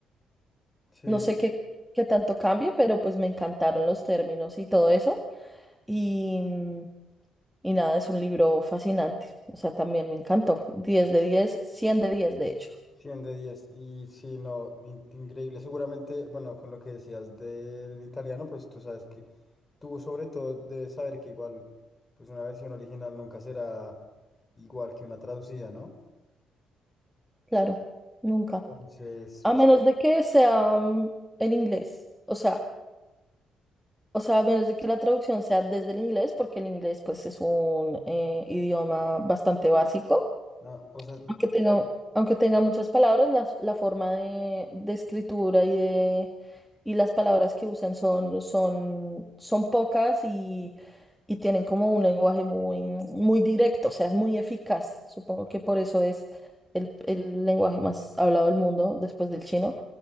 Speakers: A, on the left (about 25°); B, in the centre.
A: Sí,
B: no sé qué, qué tanto cambie, pero pues me encantaron los términos y todo eso. Y, mm, y nada, es un libro fascinante. O sea, también me encantó. diez de diez 100 de 10 de hecho.
A: 100 de diez Y sí, no, in- increíble. Seguramente, bueno, con lo que decías del italiano, pues tú sabes que tú sobre todo debes saber que igual, pues una versión original nunca será igual que una traducida, ¿no?
B: Claro, nunca.
A: Entonces,
B: A
A: sí,
B: menos de que sea mm, el inglés. O sea, o sea, a menos de que la traducción sea desde el inglés, porque el inglés pues es un eh, idioma bastante básico.
A: no, o sea,
B: Aunque tenga, aunque tenga muchas palabras, las- la, forma de, de escritura y de y las palabras que usan son, son, son pocas y, y tienen como un lenguaje muy, muy directo, o sea, es muy eficaz. Supongo que por eso es el, el lenguaje más hablado del mundo después del chino,